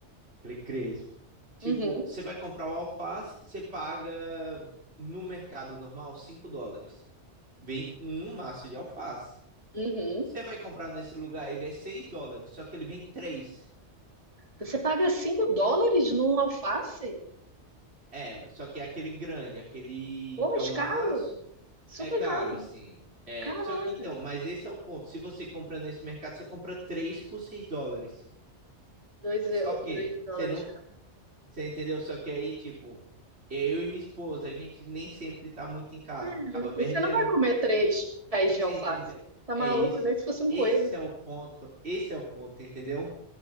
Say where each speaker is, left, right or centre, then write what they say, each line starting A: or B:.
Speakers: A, on the right (about 65°); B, on the right (about 30°).
A: Aquele crespo. Tipo,
B: Uhum,
A: você vai comprar o alface, você paga no mercado normal 5 dólares. Vem um maço de alface.
B: uhum.
A: Você vai comprar nesse lugar, ele é 6 dólares, só que ele vem três
B: Você paga 5 dólares num alface?
A: É, só que é aquele grande, aquele.
B: Pô, mas
A: É o maço.
B: caro, super
A: É caro,
B: caro.
A: assim. É,
B: Caraca.
A: só que então, mas esse é o ponto. Se você compra nesse mercado, você compra 3 por 6 dólares.
B: Dois, eu-
A: Só que
B: dois dólares.
A: você não.
B: cara.
A: Você entendeu? Só que aí, tipo, eu e minha esposa, a gente nem sempre tá muito em casa.
B: É,
A: Acaba perdendo.
B: E você não vai comer três pés de
A: Você
B: alface.
A: entendeu?
B: Tá
A: É
B: maluco?
A: isso.
B: Nem se fosse um
A: Esse
B: coelho.
A: é o ponto. Esse é o ponto, entendeu?